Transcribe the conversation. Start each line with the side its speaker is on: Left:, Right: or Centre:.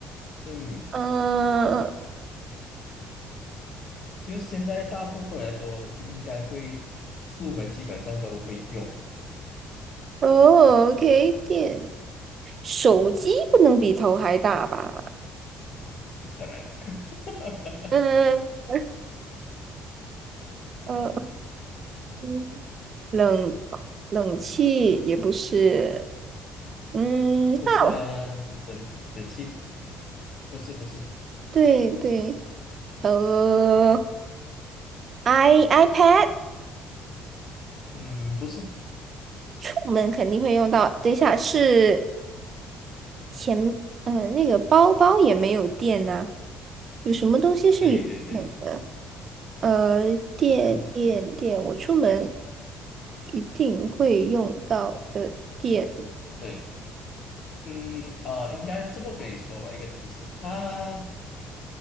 Left: 嗯，
Right: 嗯、
Left: 就是现在大部分来说，应该会出门基本上都会用，
Right: 哦，OK，电手机不能比头还大吧？
Left: 不可能。<laughs>
Right: 嗯呃嗯，冷冷气也不是，嗯，
Left: 不是啊，
Right: 那
Left: 冷冷气不是不是，
Right: 对对，呃，i iPad
Left: 嗯，不是，
Right: 出门肯定会用到。等一下是钱，呃，那个包包也没有电呢、有什么东西是有电的？
Left: 对对对，
Right: 呃，电电电，
Left: 嗯
Right: 我出门一定会用到的电。
Left: 对，嗯呃，应该这么跟你说吧，一个提示，它